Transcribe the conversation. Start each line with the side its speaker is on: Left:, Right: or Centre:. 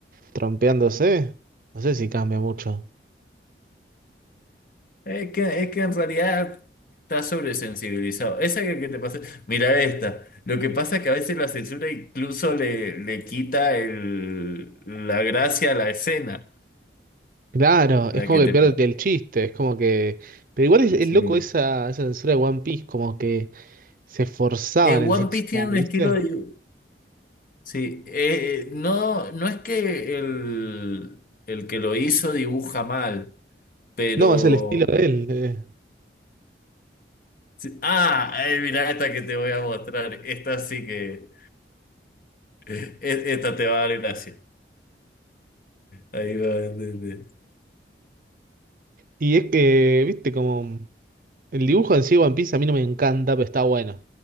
Right: trompeándose. No sé si cambia mucho.
Left: Es que, es que en realidad estás sobresensibilizado. Esa que, que te pasé, mira esta. Lo que pasa es que a veces la censura incluso le, le quita el, la gracia a la escena,
Right: Claro,
Left: la
Right: es como
Left: que
Right: que
Left: te...
Right: pierde el chiste, es como que... Pero igual es, es
Left: Sí.
Right: loco esa, esa censura de One Piece, como que se esforzaban
Left: Eh, One
Right: en censurar,
Left: Piece tiene un
Right: ¿viste?
Left: estilo de... Sí, eh, eh, no, no es que el, el que lo hizo dibuja mal, pero...
Right: No, es el estilo de él. eh.
Left: Sí. Ah, ay, mira esta que te voy a mostrar. Esta sí que. e- Esta te va a dar gracia. Ahí va a entender.
Right: Y es que, viste, como... El dibujo en sí de One Piece a mí no me encanta, pero está bueno.